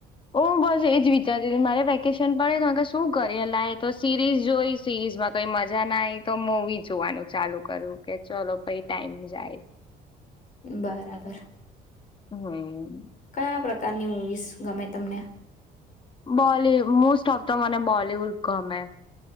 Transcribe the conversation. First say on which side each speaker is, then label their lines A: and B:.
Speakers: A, on the left; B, on the left.
A: ઓ હો બસ એજ વિચારીતી મારે વે વેકેશન પડે તો શું કરીએ લય તો સિરીઝ જોઈ સિરીઝ માં કઈ મજા ના આવીય તો મુવી જો જોવા નું ચાલુ કરું કે ચલો કઈ ટાઈમ જાય.
B: બરાબર.
A: હમ્મ.
B: કયા પ્રકારની મુવીઝ ગમે તમને.
A: બોલી મોસ્ટ ઓફ તો મને બોલીવુડ ગમે.